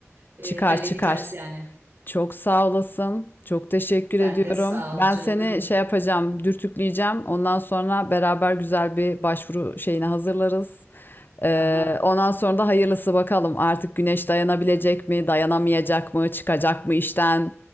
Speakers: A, on the right (about 55°); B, on the left (about 45°).
A: Ee,
B: Çıkar
A: halledeceğiz
B: çıkar.
A: yani.
B: Çok sağ olasın. Çok teşekkür ediyorum.
A: Sen de sağ
B: Ben
A: ol canım.
B: seni şey yapacağım, dürtükleyeceğim. Ondan sonra beraber güzel bir başvuru şeyine hazırlarız. Ee,
A: Tamam.
B: ondan sonra da hayırlısı bakalım. Artık güneş dayanabilecek mi, dayanamayacak mı, çıkacak mı işten?